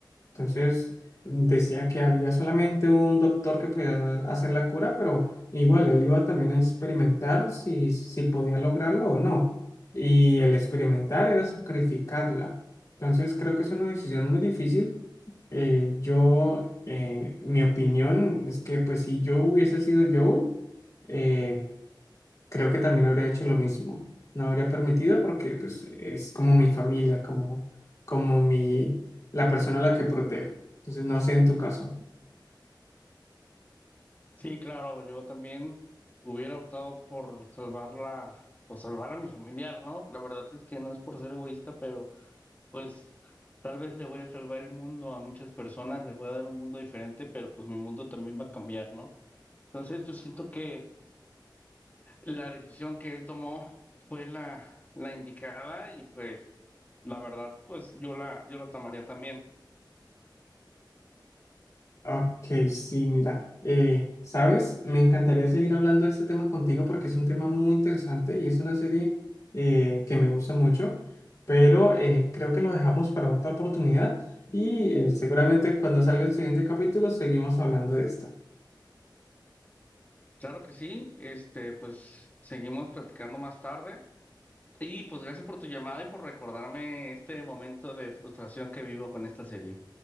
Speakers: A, on the left; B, on the left.
A: Entonces decía que había solamente un doctor que podía hacer la cura, pero igual él iba también a experimentar si, si podía lograrlo o no. Y el experimentar era sacrificarla. Entonces creo que es una decisión muy difícil. Eh, yo, eh, mi opinión es que pues si yo hubiese sido Joel, eh, creo que también habría hecho lo mismo. No habría permitido porque pues es como mi familia, como, como mi, la persona a la que protege. Entonces, no sé en tu caso.
B: Sí, claro, yo también hubiera optado por salvarla, pues salvar a mi familiar, ¿no? La verdad es que no es por ser egoísta, pero pues tal vez le voy a salvar el mundo a muchas personas, les voy a dar un mundo diferente, pero pues mi mundo también va a cambiar, ¿no? Entonces yo siento que la decisión que él tomó fue la, la indicada y pues la verdad, pues yo la, yo la tomaría también.
A: Ok, sí, mira, eh, ¿sabes? Me encantaría seguir hablando de este tema contigo porque es un tema muy interesante y es una serie eh, que me gusta mucho, pero eh, creo que lo dejamos para otra oportunidad y eh, seguramente cuando salga el siguiente capítulo seguimos hablando de esta.
B: Claro que sí, este, pues seguimos platicando más tarde. Y pues gracias por tu llamada y por recordarme este momento de frustración que vivo con esta serie.